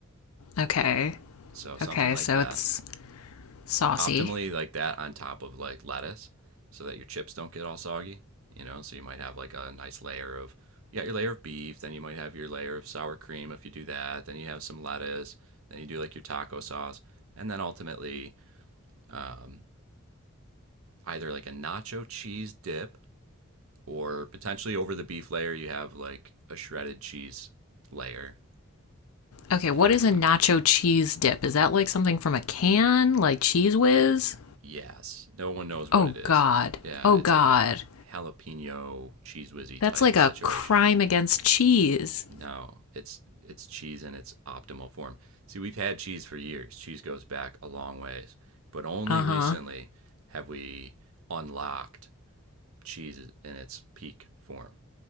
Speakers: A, on the left; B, on the right.
A: Okay.
B: So something
A: Okay,
B: like
A: so
B: that.
A: it's saucy.
B: optimally like that on top of like lettuce so that your chips don't get all soggy, you know? So you might have like a nice layer of you got your layer of beef, then you might have your layer of sour cream if you do that, then you have some lettuce, then you do like your taco sauce, and then ultimately um, either like a nacho cheese dip or potentially over the beef layer you have like a shredded cheese layer,
A: Okay,
B: you
A: what
B: know?
A: is a nacho
B: Uh,
A: cheese dip? Is that like something from a can, like Cheese Whiz?
B: Yes, no one knows what
A: Oh
B: it is.
A: God.
B: Yeah,
A: Oh
B: it's
A: God.
B: like a jalapeno cheese whizzy
A: That's
B: type
A: like
B: situation.
A: a crime against cheese.
B: No, it's it's cheese in its optimal form. See, we've had cheese for years. Cheese goes back a long ways, but only
A: Uh
B: recently
A: huh.
B: have we unlocked cheese in its peak form,